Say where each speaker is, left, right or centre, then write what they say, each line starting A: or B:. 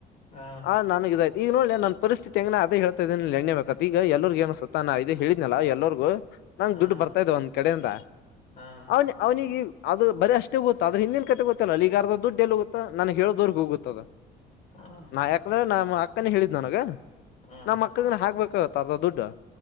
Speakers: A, on the left (about 40°); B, on the left (about 75°).
A: ಹ
B: ಆ ನನಗ ಇದಾಯ್ತ ಈಗ ನೋಡ್ಲೆ ನನ್ ಪರಿಸ್ಥಿತಿ ಹೇಗೆ ಅದೇ ಹೇಳ್ತಿದೀನಿ ಎಣ್ಣೆ ಬೇಕು ಈ ಎಲ್ಲರಿಗೂ ಏನ್ ಅನಸ್ತಾ ಸುತ್ತ ನಾ ಇದೇ ಹೇಳಿದನಲ್ಲ ಎಲ್ಲರಿಗೂ ನಂಗ್
A: ಹಾ
B: ದುಡ್ಡು ಬರ್ತಾ ಇದ್ದವಂತ ಅನಿಸ್ತ ಕಡೆಯಿಂದ
A: ಹಾ
B: ಅವನ ಅವನಿಗೆ ಅದು ಬರೇ ಅಷ್ಟೇ ಗೊತ್ತು ಅದರ ಹಿಂದಿನ್ ಕತೆೆ ಗೊತ್ತಿಲ್ಲ ಅರ್ದ ದುಡ್ಡು ಎಲ್ಲಿ ಹೋಗುತ್ತ ನನ್ಗೆ ಹೇಳದೋರಗ್ ಗೊತ್ತು. ಗೊತ್ತಾದ
A: ಹಾ
B: ನಾ ಯಾಕಂದ್ರೆ ಹೇಳಿದ್ ನನಗ
A: ಹಾ
B: ನಾ ಮಕ್ಳನ್ ಹಾಕ್ಬೇಕು. ಕ ತಗೊ ದುಡ್ಡಾ